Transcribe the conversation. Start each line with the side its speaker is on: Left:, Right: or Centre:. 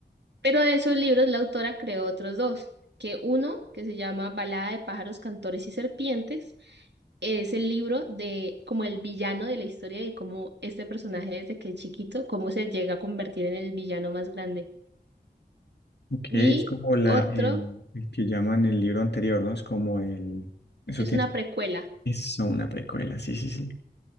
Right: Pero de esos libros la autora creó otros dos, que uno, que se llama Balada de pájaros, cantores y serpientes, es el libro de como el villano de la historia y cómo este personaje desde que es chiquito, cómo se llega a convertir en el villano más grande.
Left: Ok,
Right: Y
Left: es como la,
Right: otro
Left: el, el que llaman el libro anterior, ¿no? Es como el... Eso
Right: es
Left: tiene...
Right: una precuela.
Left: Eso, una precuela, sí, sí, sí.